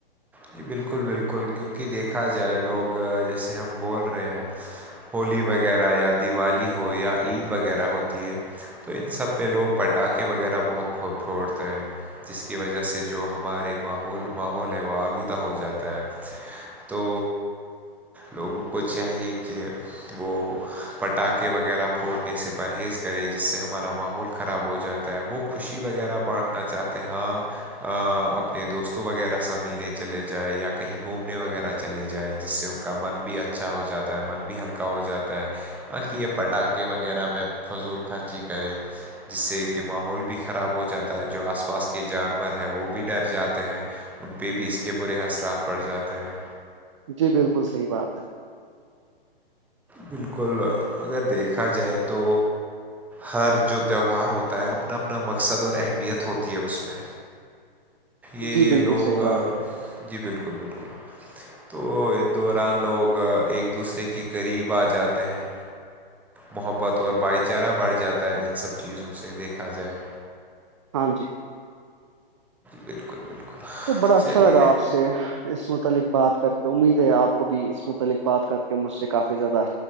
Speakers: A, in the centre; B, on the right.
A: جی بالکل بالکل کیونکہ دیکھا جائے لوگ جیسے ہم بول رہے ہیں ہولی وغیرہ یا دیوالی ہو یا عید وغیرہ ہوتی ہے تو ان سب پہ لوگ پٹاخے وغیرہ بہت پھ پھوڑتے ہیں جس کی وجہ سے جو ہمارے ماول ماحول ہے وہل خد ہو جاتا ہے تو لوگوں کو چاہیے کہ وہ پٹاخے وغیرہ پھوڑنے سے پرہیز کرے جس سے ہمارا ماحول خراب ہو جاتا وہ خوشی وغیرہ بانٹنا چاہتے ہ اپنے دوستوں وغیرہ سا ملنے چلے جائے یا کہیں گھومنے وغیرہ چلے جائیں جس سے ان کا من بھی اچھا ہو جاتا ہے من بھی ہلکا پکا ہو جاتا ہے باقی یہ پٹاخے وغیرہ میں فضول خرچی کرے جس سے کہ ماحول بھی خراب ہو جاتا ہے جو آس پاس کے جانور ہیں وہ بھی ڈر جاتے ہیں ان پہ بھی اس کے برے اثرات پڑ جاتے ہیں
B: جی بالکل صحیح بات ہے
A: بالکل اگر دیکھا جائے تو ہر جو تہوار ہوتا ہے اپنا اپنا مقصد اور اہمیت ہوتی ہے اس میں یہ
B: جی بالکل
A: لوگ
B: صحیح بات
A: جی بالکل بالکل تو اس دوران لوگ ایک دوسرے کی غریب آ جاتے ہیں محبت اور بھائی چارہ بڑھ جاتا ہے ان سب چیزوں سے دیکھا جائے
B: ہاں جی
A: بالکل بالکل
B: تو بڑا اچھا
A: چلیے
B: لگا آپ سے اس متعلق بات کر کے امید ہے آپ کو بھی اس متعلق بات کر کے مجھ سے کافی زیادہ